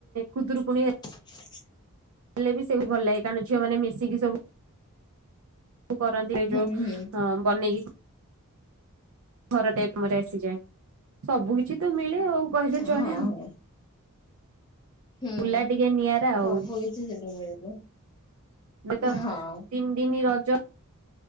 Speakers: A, on the right; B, on the left.
A: ଖୁଦୁରୁକୁଣୀ
B: <inaudible>
A: ହେଲେ ବି ସବୁ ଭଲ ଲାଗେ। କାରଣ ଝିଅ ମାନେ ମିଶିକି ସବୁ କରନ୍ତି
B: ହୁଁ
A: ଯୋଉ
B: ହୁଁ
A: ଅ ବନେଇକି ଘର ଟାଇପ <unintelligible> ଆସିଯାଏ। ସବୁ କିଛି ତ ମିଳେ ଆଉ କହିଲେ
B: ହଁ
A: ଚଳେ ଆଉ।
B: ହଁ ହୁଁ
A: ବୁଲା ଟିକେ ନିଆଁରା ଆଉ।
B: ସବୁ
A: ଏବେ
B: କିଛି ସେଠି ମିଳିବ
A: ତ
B: ହଁ
A: ତିନି ଦିନ ରଜ